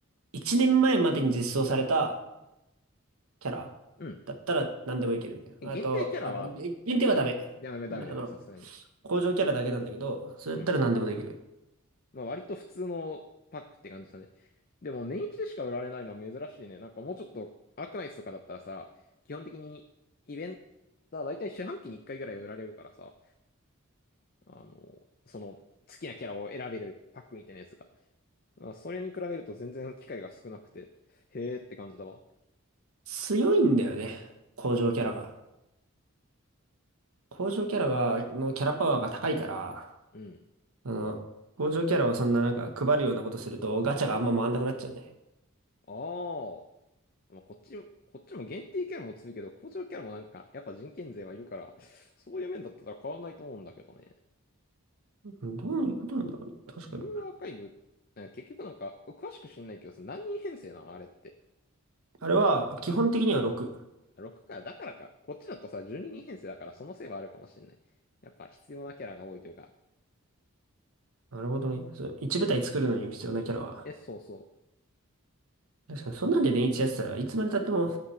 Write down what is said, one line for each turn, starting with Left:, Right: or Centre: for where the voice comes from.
Right: 1年前まえまでに実装されたキャラだったら何でもいけるみたいな。
Left: うん。限定キャラは、
Right: あと、あの、げ限定はダメ。
Left: やめダメだよねさすがに。
Right: あの、工場キャラだけなんだけど、それだったら何でもできる。
Left: うん。まあ割と普通のパックって感じだね。でも年一でしか売られないのは珍しいね。なんかもうちょっとアークナイツとかだったらさ、基本的にイベント、だだいたい四半期に1回ぐらい売られるからさ、あの、その好きなキャラを選べるパックみたいなやつが。あそれに比べると全然機会が少なくて、へーって感じだわ。
Right: 強いんだよね、工場キャラが。工場キャラが、のキャラパワーが高いから、
Left: うん。
Right: あの、工場キャラをそんななんか配るようなことするとガチャがあんま回んなくなっちゃうね。
Left: あーまあ、こっちも、こっちも限定キャラも強いけど、工場キャラもなんか、やっぱ人権税はいるから、そういう面だったら変わんないと思うんだけどね。
Right: うんどういうことなんだろうね。確かに。
Left: ブルーアーカイブ、なんか結局なんか、詳しく知んないけどさ、何人編成なのあれって。
Right: あれは基本的には6。
Left: 6か、だからか。こっちだとさ、12人編成だから、そのせいはあるかもしんない。やっぱ必要なキャラが多いというか。
Right: なるほどね。そう、一部隊作るのに必要なキャラは。
Left: え、そうそ
Right: 確かに、そんなんで年一やってたらいつまで経っても